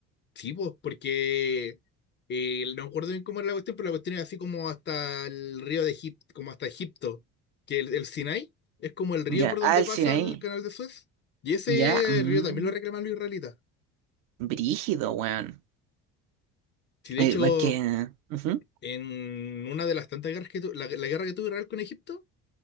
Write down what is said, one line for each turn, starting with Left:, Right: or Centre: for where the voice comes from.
Left: Sí, pues, porque eh, no me acuerdo bien cómo era la cuestión, pero la cuestión es así como hasta el río de Egipto, como hasta Egipto, que el, el Sinai es como el río
Right: Ya,
Left: por
Right: ah,
Left: donde
Right: el
Left: pasa
Right: cine ahí.
Left: el canal de Suez. Y ese
Right: Ya, mm,
Left: río también lo reclaman los israelitas.
Right: brígido, weón.
Left: Si de
Right: Eh,
Left: hecho,
Right: porque, ujú,
Left: en una de las tantas guerras que tuvo, la, la guerra que tuvo Israel con Egipto,